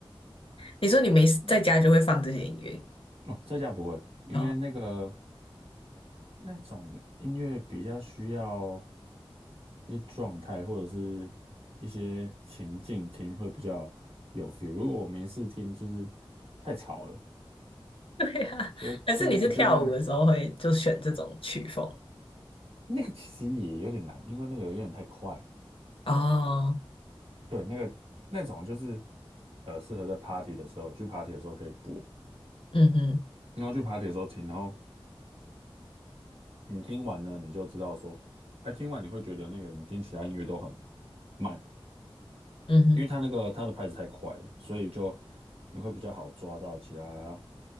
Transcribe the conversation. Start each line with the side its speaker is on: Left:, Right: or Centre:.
Left: 你说你没事在家就会放这些音乐
Right: 嗯哦，在家不会，因为那个
Left: 哦？
Right: 那种音乐比较需要。一些状态或者是一些情境听会比较有 feel。如果我没事听，就是太吵了，
Left: <laughs> 对啊，
Right: 就对对，
Left: 还是你是跳舞的时候会就选这种曲风？
Right: 就那个那个其实也有点难，因为那个有点太快了
Left: 哦，
Right: 对，那个那种就是呃，适合在 party 的时候，去 party 的时候可以播，
Left: 嗯哼，
Right: 然后去 party 的时候听，然后你听完呢，你就知道说，哎，听完你会觉得那个你听其他音乐都很慢，
Left: 嗯哼，
Right: 因为它那个它的拍子太快了，所以就你会比较好抓到其他